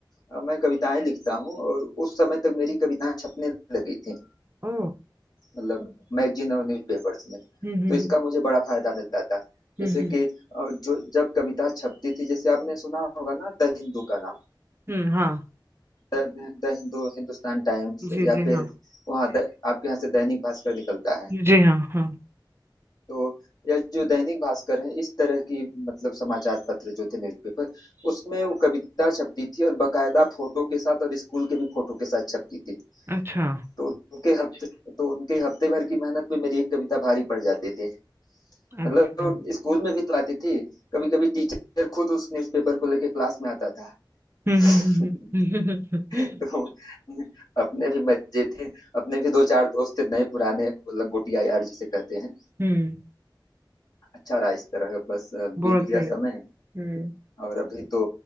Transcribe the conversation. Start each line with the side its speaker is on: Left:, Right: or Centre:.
Left: अ, मैं कविताएं लिखता हूँ और उस समय तक मेरी कविताएं छपने लगी थी
Right: ओ
Left: मतलब मैगजीन और न्यूज़पेपर्स में
Right: हम्म हम्म
Left: तो
Right: हम्म
Left: इसका मुझे बड़ा फायदा मिलता था
Right: हम्म
Left: जैसे कि अ, जो जब कविता छपती थी जैसे आपने सुना होगा ना द हिंदू का नाम
Right: हम्म हाँ
Left: the, the Hindu Hindustan Times
Right: जी
Left: या
Right: जी
Left: फिर
Right: हाँ
Left: वहाँ द- आपके यहाँ से दैनिक भास्कर निकलता है
Right: जी हाँ हाँ
Left: तो या जो दैनिक भास्कर है इस तरह की मतलब समाचार पत्र जो थे न्यूज़पेपर उसमें वो कविता छपती थी और बकायदा फोटो के साथ और स्कूल के भी फोटो के साथ छपती थी
Right: अच्छा
Left: तो उनके हफ्ते तो उनके हफ्ते भर की मेहनत पे मेरी एक कविता भारी पड़ जाती थी
Right: अच्छा
Left: मतलब वो स्कूल में भी तो आती थी कभी कभी टीचर खुद उस न्यूज़पेपर को लेके क्लास में आता था <laughs>
Right: हम्म हम्म हम्म हम्म, हम्म, हम्म,
Left: तो अपने भी मजे थे अपने भी दो चार दोस्त थे नए पुराने वो लंगोटिया यार जिसे कहते हैं
Right: हम्म।
Left: अच्छा रहा इस तरह बस बीत
Right: बहुत
Left: गया
Right: सही
Left: समय
Right: हम्म
Left: और अभी तो